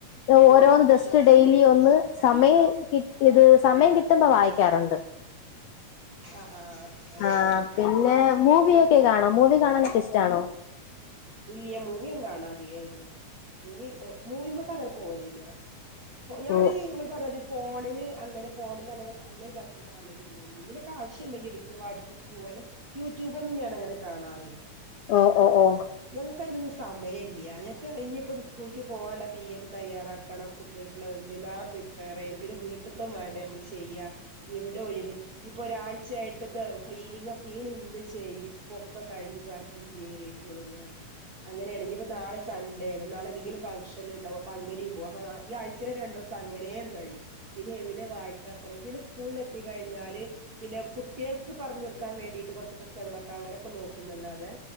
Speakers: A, on the left; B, on the right.
A: ഓരോന്ന് ജസ്റ്റ്
B: ആ
A: ഡെയിലി ഒന്ന് സമയ കിട്ടിയത് സമയം കി ട്ടുമ്പോ വായിക്കാറുണ്ട്
B: ആ ആ അത്
A: ആ
B: ശരി
A: പിന്നെ മൂവിയെക്കെ കാണോ മൂവി കാണാന് ടെസ്റ്റ് ആണോ
B: ഇല്യ മൂവി ഒന്നും കാണാറില്ല അങ്ങനെ മൂവി മൂവിമക്ക്‌ അങ്ങനെ പോവലില്ല ഞാനു
A: ഓ
B: ഇങ്ങള് പറഞ്ഞാമറി ഫോണില് അങ്ങനെ ഫോണിൽ അങ്ങനെ അങ്ങനെ ഇതാക്കി കാണുല്ലേ എന്തങ്കിലുമൊക്കെ ആവശ്യം ഉണ്ടെങ്കിൽ എടുക്കയോ വാട്സ്അപ്പ് പോലെ യൂട്യൂബ് ഒന്നും ഞാൻ അങ്ങനെ കാണാറില്ല
A: ഓ ഓ ഓ
B: നെക്ക് അതിനൊന്നും സമയമില്ല ഞങ്ങക്ക് ഇനിയിപ്പോ സ്കൂൾക്ക് പോകാനുള്ള ടീ എം തയ്യാറാക്കണം കുട്ടികൾക്കുള്ള എന്തെല്ലാം പ്രിപ്പയർ ചെയ്യണം പിന്നെ വീട്ടിത്തെതും വേണ്ട നമ്മള് ചെയ്യാ എവിടെ ഒഴിവ് ഇപ്പൊ ഒരാഴ്ചയായിട്ടത്തെ ക്ലീനിങ്ങ് ഒക്കെയാണ് ഇന്ന് ചെയ്ത് ഇപ്പൊക്കെ കഴിഞ്ഞ് ഇപ്പോ അ കത്തേക്ക് കേറിയിട്ടുള്ളു ഞാൻ അങ്ങനെയാണ് ഇനിയിപ്പോ നാളെ സ സൺഡേ ആണ് നാളെ എന്തെങ്കിലും ഫങ്ഷൻ തന്നെ ഉണ്ടാവും അപ്പൊ അങ്ങനെയും പോകും അപ്പോ ഈ ആഴ്ച രണ്ടു ദിവസം അങ്ങനെയങ്ങ് കഴിയും പിന്നെ എവിടെ വായിക്കാൻ സമയം പിന്നെ സ്കൂളിൽ എത്തിക്കഴിഞ്ഞാല് പിന്നെ കുട്ടികൾക്ക് പറഞ്ഞു കൊടുക്കാൻ വേണ്ടിട്ട് കൊറച്ച് പുസ്തകങ്ങളൊക്കെ അങ്ങനെയൊക്കെ നോക്കുന്നുല്ലാതെ